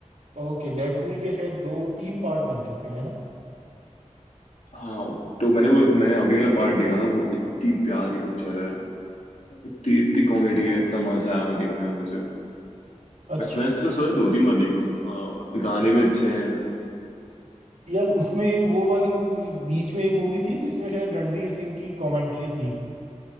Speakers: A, on the right; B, on the left.
A: ओके डेडपूल के शायद दो तीन पार्ट बन चुके हैं ना
B: हाँ तो मैंने वो मैंने अभी वाला पार्ट देखा था वो इतनी प्यारी पिक्चर है इतनी इतनी कॉमेडी है इतना मजा आया वो देखने में मुझे
A: अच्छा
B: मैं मैंने
A: अच्छा।
B: तो सोचा दो तीन बार देख लूँ हाँ गाने भी अच्छे हैं
A: यार उसमें एक वो वाली मूवी बीच में एक मूवी थी जिसमें शायद रणवीर सिंह की कमेंट्री थी